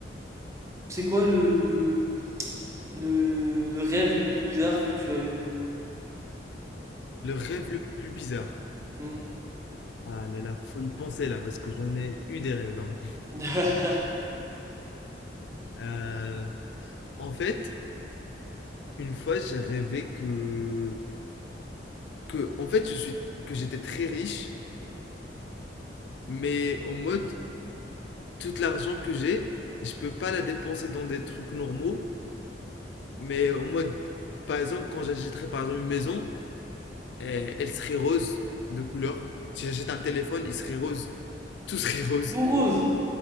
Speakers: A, on the right (about 15°); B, on the left (about 65°).
A: c'est quoi le, le, Le, le rêve le plus bizarre que tu as eu.
B: Le rêve le plus bizarre.
A: Hmm.
B: Ah là là, faut y penser là, parce que j'en ai eu des rêves. hein.
A: <laughs>
B: Euh, en fait, une fois, j'ai rêvé que que, en fait, je suis, que j'étais très riche, mais en mode, tout l'argent que j'ai, je peux pas la dépenser dans des trucs normaux, mais en mode, par exemple, quand j'achèterais par exemple une maison, eh, elle serait rose de couleur. Si j'achète un téléphone, il serait rose. Tout serait <laughs> rose.
A: Pour Rose,